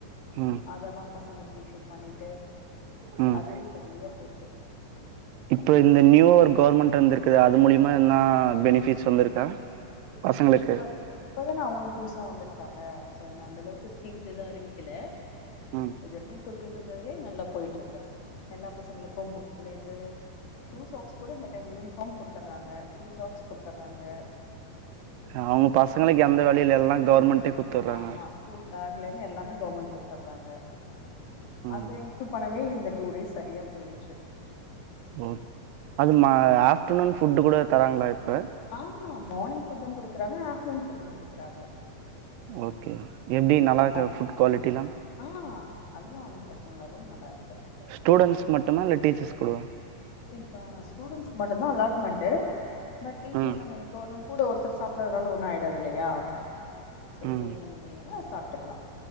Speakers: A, on the right; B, on the left.
A: ம்
B: அதெல்லா பசங்களுக்கு இஷ்யூ பண்ணிட்டு
A: ம்
B: அதுவே சரியா போச்சு
A: இப்போ இந்த நியூவா ஒரு கவர்மெண்ட் வந்திருக்குது அது மூலியமா எதுனா பெனிஃபிட்ஸ் வந்திருக்கா பசங்களுக்கு
B: இப்ப இப்பதான அவங்களு புதுசா வந்திருக்காங்க சோ இன்னு அந்த அளவுக்கு ஸ்கீம் எதும் அறிவிக்கல
A: ம்
B: இதுவரைக்கு குடுத்துட்டு இருந்ததுலயே நல்லா போயிட்டு இருக்கு எல்லா பசங்களுக்கு புக்ஸ்லேந்து ஷூ சாக்ஸ் கூட இந்த டைம் யூனிஃபார்ம் குடுத்துட்றாங்க ஷூ சாக்ஸ் குடுத்துட்றாங்க
A: அவங்க பசங்களுக்கு எந்த வேலையு இல்ல எல்லா கவர்மெண்ட்டே குடுத்துட்றாங்க
B: ஆமா ஸ்கூல் பேக்லேந்து எல்லாமே கவர்மெண்ட் குடுத்துட்றாங்க
A: ம்
B: அது இஷ்யு பண்ணவே இந்த டூ டேஸ் சரியா போயிடுச்சு
A: ஓ அது மா ஆஃப்டர்நூன் ஃபுட்டு கூட தராங்களா இப்ப
B: ஆமா மார்னிங் ஃபுட்டும் குடுக்குறாங்க ஆப்டர்நூன் ஃபுட்டும் குடுக்குறாங்க
A: ஓகே எப்டி
B: ம்
A: நல்லா இருக்கா ஃபுட் குவாலிட்டிலா
B: ஆ அதெல்லா ஒண்ணு பிரச்சனை இல்ல அதுவு நல்லா இருக்கு
A: ஸ்டூடெண்ட்ஸ் மட்டுமா இல்ல டீச்சர்ஸ் கூடவா
B: இங்க கா ஸ்டூடெண்ஸ்க்கு மட்டும்தா அலாட்மெண்ட்டு பட் டீச்சர்ஸ்
A: ம்
B: நம்ப என்னைக் கோ ஒரு நாள் கூட ஒருத்தர் சாப்பிட்றதுனால ஒன்னு ஆகிடாது இல்லையா சோ
A: ம்
B: கூட நம்ம வேணுனா சாப்ட்டுக்கலா